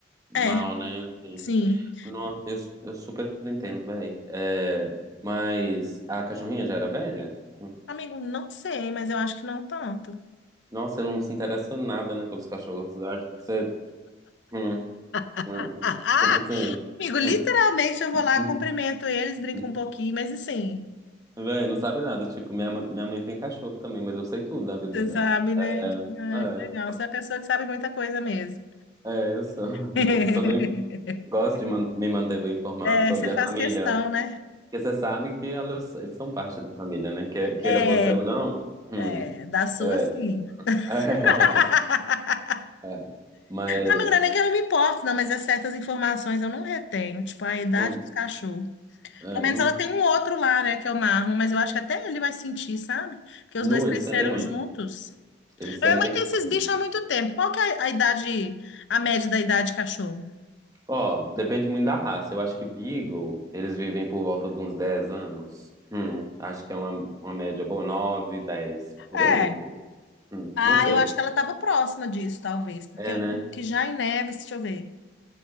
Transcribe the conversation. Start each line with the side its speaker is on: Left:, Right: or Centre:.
Right: mal,
Left: É,
Right: né? Assim,
Left: sim.
Right: não, eu, eu super entendo, velho. É, mas a cachorrinha já era velha? Hum.
Left: Amigo, não sei, mas eu acho que não tanto.
Right: Nossa, você não se interessa nada, né? Pelos cachorros. Eu acho que você. hum,
Left: Ah,
Right: hum.
Left: ah,
Right: Tipo assim.
Left: ah! Amigo, literalmente
Right: hum,
Left: eu vou
Right: hum,
Left: lá, cumprimento eles, brinco
Right: hum.
Left: um pouquinho, mas assim.
Right: Véi, não sabe nada. Tipo, minha, ma- minha mãe tem cachorro também, mas eu sei tudo da vida
Left: Você
Right: dela.
Left: sabe, né?
Right: É,
Left: Ah,
Right: é,
Left: que legal. Você é uma pessoa que sabe muita coisa mesmo.
Right: É, eu sou. <laughs>
Left: <laughs>
Right: Eu sou bem- gosto de man- me manter bem informado
Left: É,
Right: sobre
Left: você faz
Right: a família.
Left: questão, né?
Right: Porque você sabe que elas eles são parte da família, né? Que- Queira
Left: É,
Right: você ou não. Hum,
Left: é, da sua,
Right: é,
Left: sim.
Right: <laughs> é,
Left: <laughs>
Right: é. Mas.
Left: Amigo, não é nem que eu não me importo, não, mas é certas informações eu não retenho, tipo a idade
Right: hum,
Left: dos cachorros.
Right: é,
Left: Pelo menos
Right: não,
Left: ela tem um outro lá, né, que é o Marlon, mas eu acho que até ele vai sentir, sabe? Porque os
Right: nu,
Left: dois cresceram
Right: eles sentem muito.
Left: juntos.
Right: Eles sentem.
Left: A minha mãe tem esses
Right: hum.
Left: bichos há muito tempo. Qual que é a a idade, a média da idade de cachorro?
Right: Ó, depende muito da raça. Eu acho que Beagle, eles vivem por volta de uns 10 anos. Hum, acho que é uma, uma média boa, 9 10 por
Left: É,
Right: aí. Hum,
Left: Ah,
Right: não sei.
Left: eu acho que ela estava próxima disso, talvez. Porque
Right: É,
Left: eu lembro
Right: né?
Left: que já em Neves, deixa eu ver.